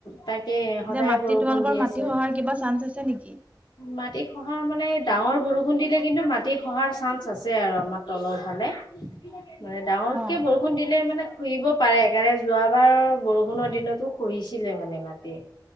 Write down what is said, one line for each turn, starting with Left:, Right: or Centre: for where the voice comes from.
Left: তাকে সদায়
Right: যে মাটি
Left: বৰষুণ
Right: তোমালোকৰ
Left: দি আছে
Right: মাটি খহাৰ কিবা চান্স আছে নেকি?
Left: মাটি খহাৰ মানে ডাঙৰ বৰষুণ দিলে কিন্তু, মাটি খহাৰ চান্স আছে আৰু আমাৰ তলৰ ভালে। মানে ডাঙৰকে
Right: অ
Left: বৰষুণ দিলে মানে শুহিব পাৰে কাৰণে যোৱাবাৰ বৰষুণৰ দিনতো খহিছিলে মানে মাটি